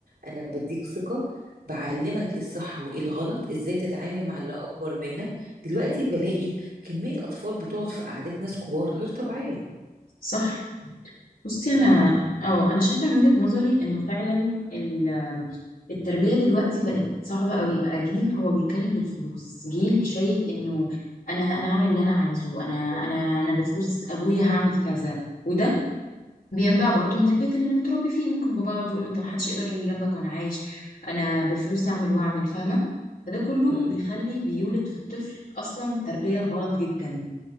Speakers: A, on the right; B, on the left.
A: انا بديك ثقه بعلمك ايه الصح وايه الغلط ازاي تتعامل مع اللي اكبر منك دلوقتي بلاقي كميه اطفال بتقعد في قعدات ناس كبار غير طبيعيه
B: صح بصي
A: فاهمه
B: انا اه انا شايفة من وجهة نظري انه فعلا ال- التربية دلوقتي بقت صعبة قوي بقى جيل هو بيتكلم بالفلوس جيل شايف انه انا انا هعمل اللي انا عايزه انا انا انا بفلوس ابويا هعمل كذا وده بينبع برضو من البيت اللي متربي فيه ممكن بابا يقعد يقول انت محدش يقدر يجي جنبك وانا عايش انا بفلوسي اعمل واعمل فاهمة فده كله
A: امم
B: بيخلي بيولد في الطفل اصلا تربية غلط جدا